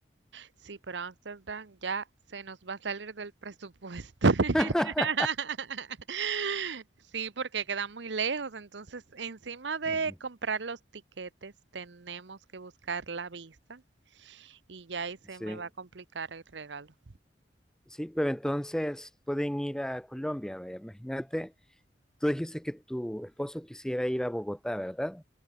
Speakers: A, on the right; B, in the centre.
A: Sí, pero Ámsterdam ya se nos va a salir del presupuesto. <laughs>
B: <laughs>
A: Sí, porque queda muy lejos. Entonces, encima de
B: Ujú.
A: comprar los tiquetes, tenemos que buscar la visa y ya ahí se
B: Sí,
A: me va a complicar el regalo.
B: sí, pero entonces pueden ir a Colombia, vaya, imagínate, tú dijiste que tu esposo quisiera ir a Bogotá, ¿verdad?